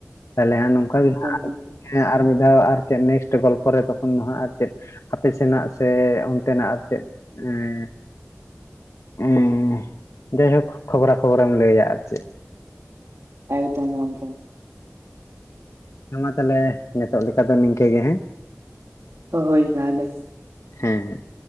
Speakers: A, on the left; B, on the right.
A: ᱛᱟᱦᱞᱮ ᱦᱟᱸᱜ ᱱᱚᱝᱠᱟ ᱜᱮ ᱦᱟᱸᱜ
B: ᱮᱠᱫᱚᱢ
A: ᱟᱨ
B: ᱜᱚᱝᱠᱮ᱾ ᱦᱳᱭ,
A: ᱦᱮᱸ ᱟᱨ ᱢᱤᱫ ᱫᱷᱟᱣ ᱟᱨ ᱪᱮᱫ ᱱᱮᱠᱥᱴ ᱜᱚᱞᱯᱷᱚ ᱨᱮ ᱛᱚᱠᱷᱚᱱ ᱫᱚ ᱦᱟᱜ ᱟᱨ ᱪᱮᱫ ᱟᱯᱮ ᱥᱮᱱᱟᱜ ᱥᱮ ᱚᱱᱛᱮᱱᱟᱜ ᱟᱨ ᱪᱮᱫ ᱦᱮᱸ᱾ ᱩ ᱡᱟᱭᱦᱳᱠ ᱠᱷᱚᱵᱽᱨᱟ ᱠᱷᱚᱵᱚᱨᱮᱢ ᱞᱟᱹᱭᱟ ᱟᱨ ᱪᱮᱫ᱾
B: ᱮᱠᱫᱚᱢ ᱮᱠᱫᱚᱢ᱾
A: ᱦᱮᱸ ᱢᱟ ᱛᱟᱦᱞᱮ ᱱᱤᱛᱚᱜ ᱞᱮᱠᱟ ᱫᱚ ᱱᱤᱝᱠᱟᱹ ᱜᱮ ᱦᱮᱸ᱾
B: ᱦᱳᱭ ᱛᱟᱦᱚᱞᱮ᱾
A: ᱦᱮᱸ